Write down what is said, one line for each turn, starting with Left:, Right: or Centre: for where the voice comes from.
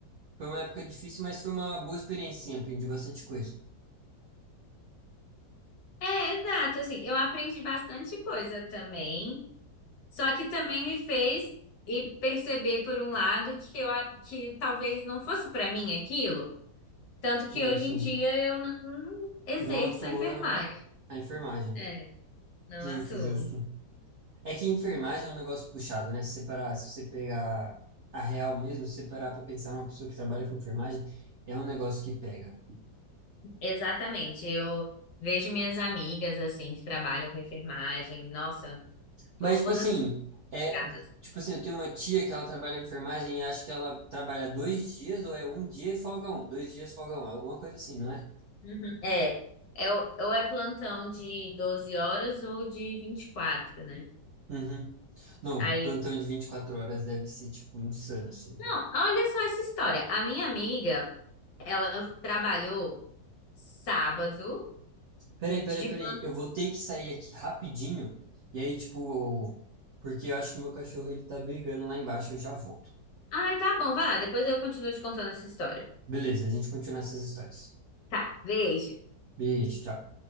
Right: foi uma época difícil, mas foi uma boa experiência, sim, aprendi bastante coisa.
Left: É, exato. Assim, eu aprendi bastante coisa também, só que também me fez e perceber, por um lado, que eu a- que talvez não fosse pra mim aquilo, tanto que
Right: Sim,
Left: hoje
Right: sim.
Left: em dia eu não exerço
Right: Não atua
Left: a enfermagem.
Right: a enfermagem.
Left: É, não
Right: Justo,
Left: atuo.
Right: justo. É que enfermagem é um negócio puxado, né? Se separar, se você pegar a real mesmo, se você parar para pensar numa pessoa que trabalha com enfermagem, é um negócio que pega.
Left: Exatamente. Eu vejo minhas amigas assim que trabalham com enfermagem, nossa, todas
Right: Mas, tipo assim,
Left: estragadas.
Right: é, tipo assim, eu tenho uma tia que ela trabalha com enfermagem e acho que ela trabalha dois dias, ou é um dia e folga um, dois dias folga um, é alguma coisa assim, não é?
Left: Uhum. É, é, o ou é plantão de 12 horas ou de 24, né?
Right: Uhum. Não,
Left: Aí
Right: plantão de 24 horas deve ser, tipo, insano, assim.
Left: Não, olha só essa história. A minha amiga, ela trabalhou sábado
Right: Peraí,
Left: de
Right: peraí, peraí.
Left: plantão.
Right: Eu vou ter que sair aqui rapidinho. E aí, tipo, porque eu acho que o meu cachorro ele tá brigando lá embaixo, eu já volto.
Left: Ai, tá bom, vai lá, depois eu continuo te contando essa história.
Right: Beleza, a gente continua essas histórias.
Left: Tá, beijo.
Right: Beijo, tchau.